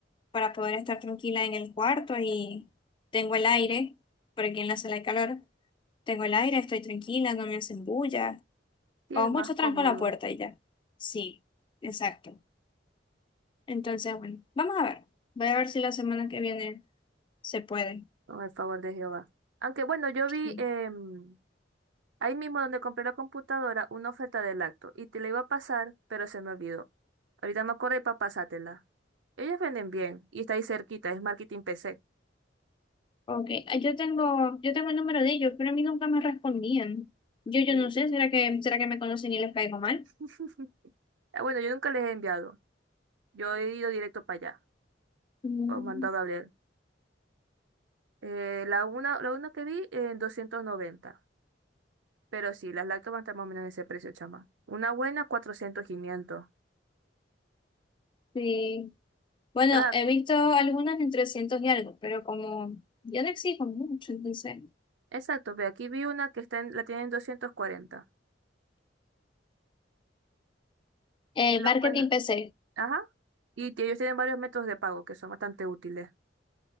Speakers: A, on the left (about 25°); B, on the right (about 85°).
A: para poder estar tranquila en el cuarto y tengo el aire, por aquí en la sala hay calor, tengo el aire, estoy tranquila, no me hacen bulla,
B: sí
A: o
B: es
A: mucho
B: más
A: tranco
B: cómodo
A: la puerta y ya. Sí, exacto. Entonces, bueno, vamos a ver, voy a ver si la semana que viene se puede.
B: con el favor de Jehová. Aunque bueno, yo vi
A: Sí.
B: em, ahí mismo donde compré la computadora una oferta de lacto y te la iba a pasar, pero se me olvidó. Ahorita me acordé para pasártela. Ellos venden bien y está ahí cerquita, es Marketing PC.
A: Ok, ah, yo tengo, yo tengo el número de ellos, pero a mí nunca me respondían. Yo, yo
B: Y-
A: no sé, ¿será que, será que me conocen y les caigo mal?
B: <laughs> Ah, Bueno, yo nunca les he enviado, yo he ido directo para allá
A: Mm,
B: o mandado a ver. Eh, la una, la una que vi en 290. Pero sí, las lácteas van a estar más o menos en ese precio, chama. Una buena, 400, 500.
A: sí. Bueno,
B: Pero,
A: he visto algunas en 300 y algo, pero como yo no exijo mucho, entonces.
B: exacto, ve, aquí vi una que está en- la tienen en 240.
A: Eh,
B: Y lo
A: marketing
B: bueno,
A: P C.
B: ajá. Y t- ellos tienen varios métodos de pago que son bastante útiles.